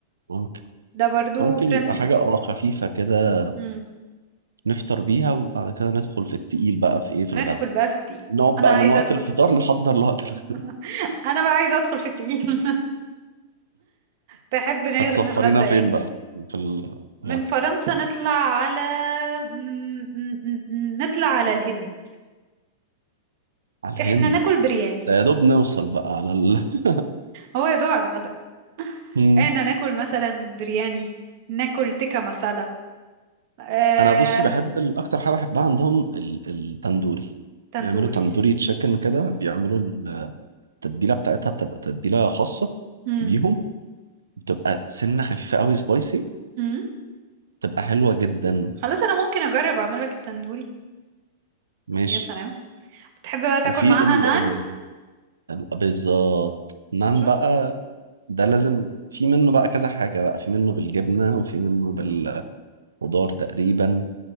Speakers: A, on the right; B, on the right.
A: ممكن
B: ده برضو
A: ممكن
B: فرنسي
A: يبقى حاجة اه خفيفة كده
B: مم.
A: نفطر بيها وبعد كده ندخل في التقيل بقى في ايه في
B: ندخل
A: الغدا
B: بقى في التقيل
A: نقعد
B: انا
A: بقى
B: عايزة
A: من وقت
B: ادخل
A: الفطار
B: في التقيل
A: نحضر لوقت الغدا
B: <laughs> انا بقى عايزة ادخل في التقيل <laughs> تحب ن-
A: هتسفرينا
B: نتغدى
A: فين
B: ايه
A: بقى في الغدا
B: من فرنسا نطلع على م- م- م- م- نطلع على الهند
A: على الهند
B: احنا ناكل برياني
A: ده يا دوب نوصل بقى على ال... <laughs>
B: هو يدوق على الغدا
A: مم.
B: إيه، إن ناكل مثلا برياني ناكل تيكا مسالة آه...
A: انا بصي بحب ال- اكتر حاجه بحبها عندهم ال- التندوري
B: تندوري
A: بيعملوا تندوري تشيكن كده بيعملوا التتبيله بتاعتها بتبقى تتبيله خاصه
B: مم.
A: بيهم بتبقى سنه خفيفه قوي سبايسي
B: مم.
A: بتبقى حلوه جدا
B: خلاص أنا ممكن أجرب أعمل لك التندوري
A: ماشي
B: يا سلام بتحب بقى تاكل
A: وفي
B: معاها
A: ال...
B: نان
A: ال... ال- بالظبط نان
B: شفت
A: بقى ده لازم في منه بقى كذا حاجة بقى في منه بالجبنة وفي منه بالخضار تقريبا